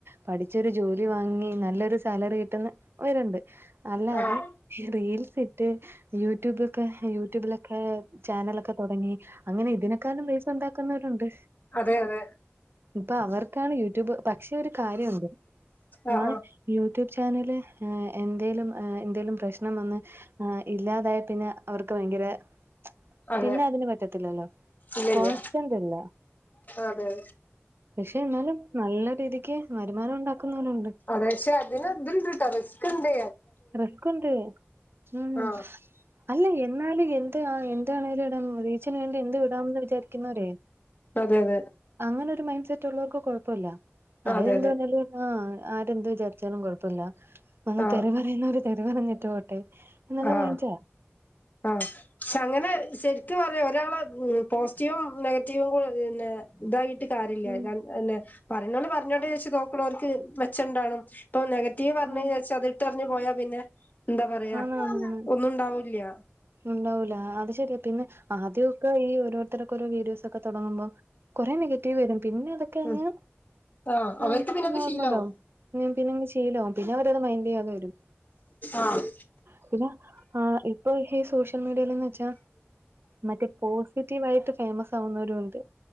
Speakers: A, on the right; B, on the left.
A: പഠിച്ചൊരു ജോലി വാങ്ങി നല്ലൊരു സാലറി കിട്ടുന്ന <unintelligible> അല്ലാതെ
B: ആഹ്
A: റീൽസ് ഇട്ട് യൂട്യൂബൊക്കെ യൂട്യൂബിലൊക്കെ ചാനലൊക്കെ തൊടങ്ങി അങ്ങനെ ഇതിനേക്കാലും പൈസ ഉണ്ടാക്കുന്നവരുണ്ട്
B: അതെ അതെ
A: ഇപ്പ അവർക്കാണ് യൂട്യൂബ് പക്ഷെ ഒരു കാര്യം ഉണ്ട്
B: ആഹ്
A: ആ
B: ആഹ്
A: യൂട്യൂബ് ചാനല് ആ എന്തേലും ആ എന്തേലും പ്രശ്നം വന്ന് ആഹ് ഇല്ലാതായ പിന്നെ അവർക്ക് ഭയങ്കരെ
B: അതെ
A: പിന്നെ അതിന് പറ്റ <unintelligible>
B: ഇല്ലല്ല
A: കോൺസ്റ്റന്റ് അല്ല
B: അതെ
A: പക്ഷെ എന്നാലും നല്ല രീതിക്ക് വരുമാനം ഉണ്ടാക്കുന്നോലുണ്ട്
B: പക്ഷെ അതിന്‌ത്ണ്ട്ട്ടോ റിസ്ക് ണ്ട്
A: റിസ്കുണ്ട് ഉം
B: ആഹ്
A: അല്ല എന്നാലു എന്ത് അ എന്താണേലും എടാം റീച്ചിന് വേണ്ടി എന്ത് ഇടാന്ന് വിചാരിക്കുന്നവരെ
B: അതെ അതെ
A: അങ്ങനെ ഒരു മൈന്റ്സെറ്റ് ഉള്ളോർക്ക് കൊഴപ്പയില്ല അവരെന്ത്‌വേണേലും
B: അതെ അതെ
A: ആഹ് ആരെന്ത് വിചാരിച്ചാലും കൊഴപ്പല്ല വന്ന്
B: ആഹ്
A: തെറി പറയുന്നവര് തെറി പറഞ്ഞിട്ട് പോട്ടെ എന്നുള്ള
B: ആഹ്
A: മൈൻഡാ
B: ആഹ് അങ്ങനെ ശരിക്കും പറയാ ഒരാളെ ഉം പോസിറ്റീവും നെഗറ്റീവും കൂടെ പിന്നെ ഇതായിട്ട് കാര്യല്യ
A: ഉം
B: പറയ്ണോല് പറഞ്ഞോട്ടെച്ച് നോക്ക്ണോർക്ക് മെച്ചംണ്ടാണും ഇപ്പൊ നെഗറ്റീവ് പറഞ്ഞന്ന്
A: ഉം
B: വിചാരിച്ച് അത് ഇട്ടെറിഞ്ഞ് പോയാ പിന്നെ ന്താ പറയാ
A: ആഹ് ഉം
B: ഒന്നുണ്ടാവൂല്ല്യ
A: ണ്ടാവൂല അത് ശരിയാ പിന്നെ ആദ്യക്കെ ഈ ഓരോരുത്തക്കെ ഓരോ വീഡിയോസ് തൊക്കെ തൊടങ്ങുമ്പോ കുറെേ നെഗറ്റീവ് വരും പിന്നെ അതൊക്കെങ്ങ്
B: ഉം ആഹ്
A: ആ
B: അവർക്ക് പിന്നെ
A: നോർമലാവും
B: അത് ശീലാവും
A: പിന്നങ്ങ് ശിലാവും പിന്ന അവരത് മൈൻഡ് ചെയ്യാതെ വരും
B: ആഹ്
A: പിന്നെ ആ ഇപ്പൊ ഈ സോഷ്യൽ മീഡിയൽന്ന് വെച്ചാ മറ്റേ പോസിറ്റീവ് ആയിട്ട് ഫേമസ് ആവുന്നോരുണ്ട്